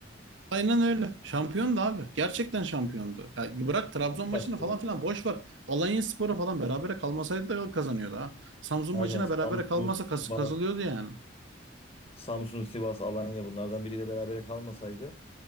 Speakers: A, on the right; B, on the left.
A: Aynen öyle. Şampiyondu abi. Gerçekten şampiyondu. Ya bırak Trabzon
B: Bir maç
A: maçını falan
B: tabii.
A: filan boş ver. Alanyaspor'a falan berabere kalmasaydı da kazanıyordu ha. Samsun
B: Aynen
A: maçına
B: Samsun
A: berabere kalmasa kas
B: var.
A: kazılıyordu yani.
B: Samsun, Sivas, Alanya bunlardan biriyle berabere kalmasaydı